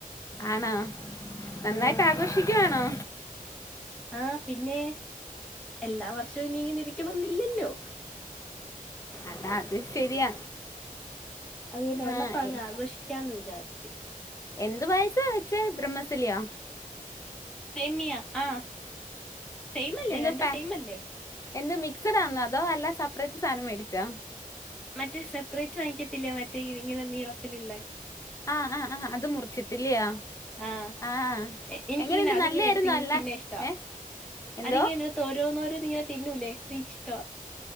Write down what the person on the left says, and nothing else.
ആണോ നന്നായിട്ട്
ആഘോഷിക്കയാണോ?
അതാ അത് ശരിയാ.
ആ
എ-
എന്ത് പയസ വെച്ചേ ബ്രഹ്മസലിയാ?
എന്ത്
പാ
എന്ത് മിക്സഡ ആന്നോ അതോ എല്ലാ സെപ്പറേറ്റ് സാധനം മേടിച്ചോ?
ആ ആ ആ അത് മുറിച്ചിട്ടില്ലയോ
ആ
എങ്ങനെുണ്ട്
നല്ലായിരുന്നു
അല്ല
ഏ? എന്തോ